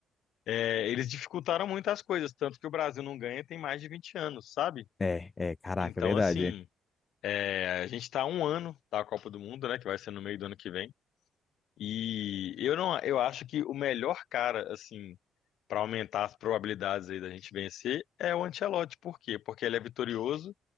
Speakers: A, on the left; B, on the left.
A: é, eles dificultaram muito as coisas, tanto que o Brasil não ganha tem mais de 20 anos, sabe?
B: É, é, caraca,
A: Então,
B: é verdade.
A: assim, é, a gente está um ano da Copa do Mundo, né, que vai ser no meio do ano que vem, e eu não, eu acho que o melhor cara, assim, para aumentar as probabilidades aí da gente vencer é o Ancelotti. Por quê? Porque ele é vitorioso,